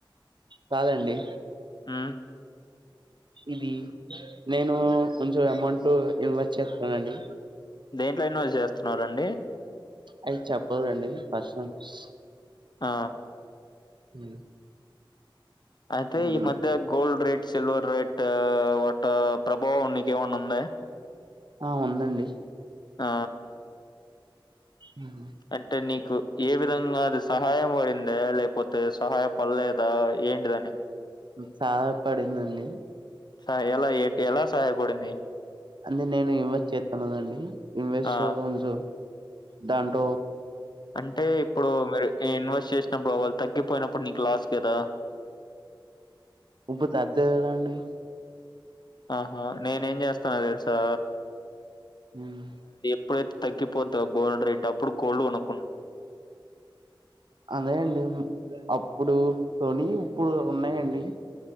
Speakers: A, on the right; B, on the left.
A: కాదండి
B: హ్మ్.
A: ఇది నేను కొంచం అమౌంట్ ఇన్వెస్ట్ చేతనండి
B: దేంట్లో ఇన్వెస్ట్ చేస్తున్నారండి
A: అవి చెప్పదండీ పర్సనల్స్
B: ఆ
A: హ్మ్
B: అయితే
A: హ్మ్.
B: ఈ మధ్య gold rate silver rate what ప్రభావం నీకు ఏమైన్న ఉందా
A: ఆ ఉందండి
B: ఆ
A: హ్మ్.
B: అంటే నీకు ఏ విధంగా అది సహాయం పడిందా లేపోతే సహాయ పడలేదా ఏంటిదని
A: హ్మ్ సహాయ పడిందండి
B: స ఎలా ఏంటి ఎలా సహయపడింది
A: అంటే నేను ఇన్వెస్ట్ చేతన్ననండి ఇన్వెస్ట్
B: ఆ
A: లో కొంచం దాంటో
B: అంటే ఇప్పుడు మీరు ఇన్వెస్ట్ చేస్ సంబావాళ్ళు తగ్గిపోయినప్పుడు నీకు లాస్ కదా
A: హు హు తద్దే కదా అండి
B: ఆహా నేనేమ్ జేస్తానో తెలుసా
A: హుమ్
B: ఇప్పుడైతే తగ్గిపొద్దో గోల్డ్ రేట్ అప్పుడు కొలడ్డోనం
A: అదేండిమ్ అప్ ఇప్పుడు తోని ఇప్పుడు ఉన్నాయండి.